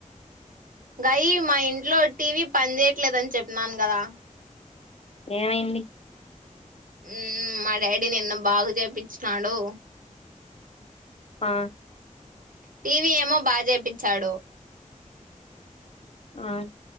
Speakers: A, on the right; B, on the left.
A: గాయి మా ఇంట్లో టీవీ పని చేయట్లేదని చెప్పినాను కదా
B: ఏమైంది
A: ఊ మా డాడీ నిన్న బాగు చేపిచ్చినాడు.
B: ఆ
A: టీవీ ఏమో బా చేపిచ్చాడు.
B: ఆ